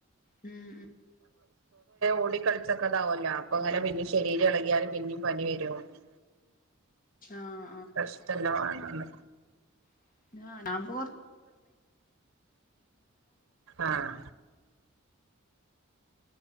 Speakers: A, on the left; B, on the right.
A: മ്
B: ഓടി കളിച്ചൊക്കെ ഇതാവല്ലോ അപ്പൊ അങ്ങനെ പിന്നും ശരീരം ഇളകിയാലും പിന്നും പനി വരും <unintelligible>
A: ആഹ്
B: പ്രശ്ന ല്ല വണ
A: <unintelligible> <unintelligible> ന
B: ആഹ്